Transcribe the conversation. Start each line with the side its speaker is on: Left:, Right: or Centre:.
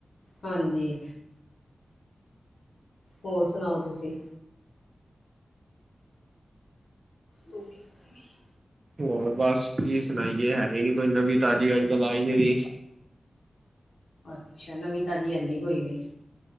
Left: ਹਾਂਜੀ। ਹੋਰ ਸੁਣਾਓ ਤੁਸੀਂ। ਰੋਟੀ ਪੱਕ ਗਈ ਆ
Right: ਹੋਰ ਬਸ ਕੀ ਸੁਣਾਈਏ ਹੈ ਹੀ ਨੀ ਕੋਈ ਨਵੀਂ ਤਾਜ਼ੀ ਅੱਜ ਕੱਲ ਆ ਈ ਨੀ ਰੀ।
Left: ਅੱਛਾ ਨਵੀਂ ਤਾਜ਼ੀ ਐਨੀ ਕੋਈ ਵੀ।